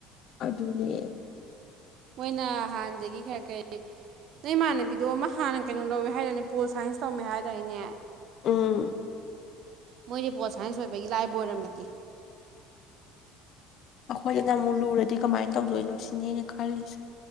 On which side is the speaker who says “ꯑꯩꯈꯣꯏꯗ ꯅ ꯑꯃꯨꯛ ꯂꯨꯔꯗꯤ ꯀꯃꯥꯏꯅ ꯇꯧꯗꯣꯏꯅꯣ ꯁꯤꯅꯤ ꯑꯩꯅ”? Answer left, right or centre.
Left